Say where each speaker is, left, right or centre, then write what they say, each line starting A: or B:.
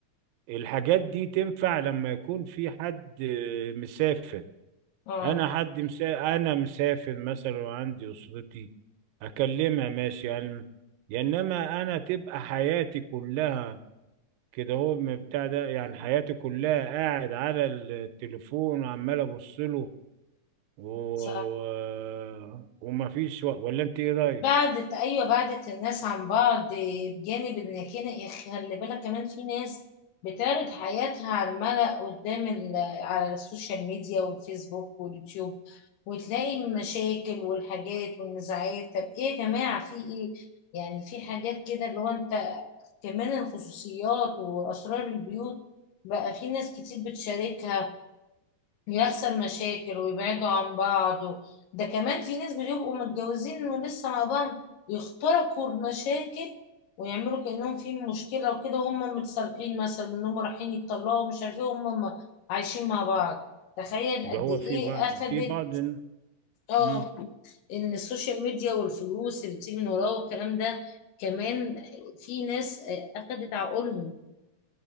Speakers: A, on the right; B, on the left.
A: الحاجات دي تنفع لما يكون في حد آه، مسافر
B: اه
A: انا حد مسا... انا مسافر مثلا وعندي اسرتي اكلمها ماشي يعني يا انما انا تبقى حياتي كلها كده هو من بتاع ده يعني حياتي كلها قاعد على التليفون وعمال ابص له و... و...
B: صح
A: وما فيش و... ولا انت ايه رايك
B: بعدت ايوه بعدت الناس عن بعض بجانب ان كده خلي بالك كمان في ناس بتعرض حياتها على الملأ قدام ال- على السوشيال ميديا والفيسبوك واليوتيوب وتلاقي المشاكل والحاجات والنزاعات طب ايه يا جماعة في ايه يعني في حاجات كده اللي هو انت كمان الخصوصيات واسرار البيوت بقى في ناس كتير بتشاركها يحصل مشاكل ويبعدوا عن بعض و... ده كمان في ناس بيبقوا متجوزين ولسه مع بعض يخترقوا المشاكل ويعملوا كأنهم في مشكلة وكده وهم متصالحين مثلا انهم رايحين يتطلقوا مش عارفين هم عايشين مع بعض تخيل قد
A: ده هو
B: ايه
A: في بعض
B: اخدت
A: في بعض
B: اه
A: مم.
B: ان السوشيال ميديا والفلوس اللي بتيجي من وراه والكلام ده كمان في ناس آه، اخدت عقولهم